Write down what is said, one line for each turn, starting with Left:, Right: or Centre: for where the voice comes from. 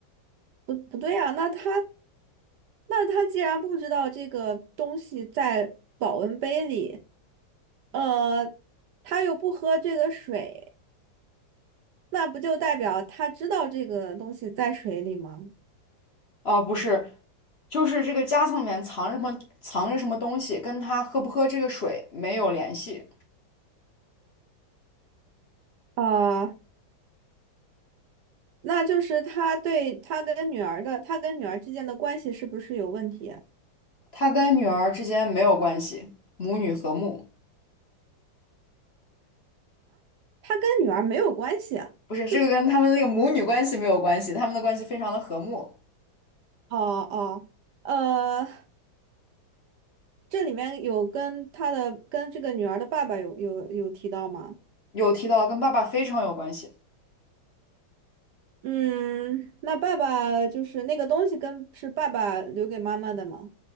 Right: 不不对啊，那他那他既然不知道这个东西在保温杯里，呃，他又不喝这个水，那不就代表他知道这个东西在水里吗？
Left: 哦，不是，就是这个夹层里面藏着什么，藏着什么东西，跟他喝不喝这个水没有联系，
Right: 啊、那就是他对他跟女儿的，他跟女儿之间的关系是不是有问题啊？
Left: 他跟女儿之间没有关系，母女和睦，
Right: 他跟女儿没有关系啊，
Left: 不是，
Right: 就
Left: 这个跟他们那个母女关系没有关系，他们的关系非常的和睦。
Right: 哦哦，呃，这里面有跟他的跟这个女儿的爸爸有有有提到吗？
Left: 有提到跟爸爸非常有关系，
Right: 嗯，那爸爸就是那个东西跟是爸爸留给妈妈的吗？